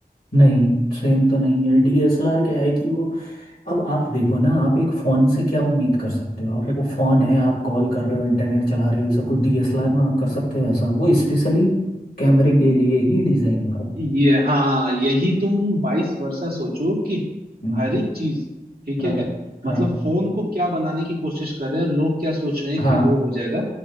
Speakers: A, on the left; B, on the right.
A: नहीं सेम तो नहीं है डीएसएलआर क्या है कि वो अब आप देखो ना आप एक फ़ोन से क्या उम्मीद कर सकते हो आप वो फ़ोन है आप कॉल कर रहे हो इंटरनेट चला रहे हो ये सब कुछ डीएसएलआर में आप कर सकते हो ऐसा वो स्पेशली कैमरे के लिए ही डिज़ाइन हुआ है
B: ये हाँ यही तुम वाइस वर्सा सोचो कि
A: हम्म,
B: हर एक चीज ठीक
A: हाँ
B: है
A: हाँ
B: मतलब फोन को क्या बनाने की कोशिश कर रहे हैं लोग क्या सोच रहे हैं
A: हाँ
B: कि वो हो जाएगा